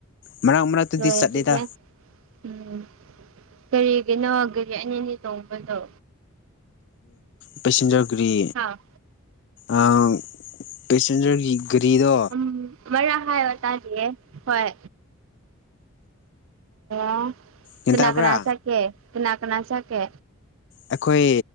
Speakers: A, on the left (about 55°); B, on the right (about 60°).
A: ꯃꯔꯛ ꯃꯔꯛꯇꯗꯤ
B: ꯂꯣꯏꯔꯦ
A: ꯆꯠꯂꯦꯗ
B: ꯑꯗꯨꯗꯤ ꯎꯝ ꯀꯔꯤꯒꯤꯅꯣ ꯒꯥꯔꯤ ꯑꯅꯤ ꯑꯅꯤ ꯇꯣꯡꯕꯗꯨ
A: ꯄꯦꯁꯦꯟꯖꯔꯒꯤ
B: ꯍꯥ
A: ꯑꯥ ꯄꯦꯁꯦꯟꯖꯔꯒꯤ ꯒꯔꯤꯗꯣ
B: ꯎꯝ ꯑꯃꯔꯛ ꯍꯥꯏꯌꯣ ꯇꯥꯗꯤꯌꯦ ꯍꯣꯏ ꯑꯣ
A: ꯒ꯭ꯌꯥꯟ
B: ꯀꯅꯥ
A: ꯇꯥꯕ꯭ꯔꯥ
B: ꯀꯅꯥ ꯆꯠꯀꯦ ꯀꯅꯥ ꯀꯅꯥ ꯆꯠ ꯀꯦ
A: ꯑꯩꯈꯣꯏ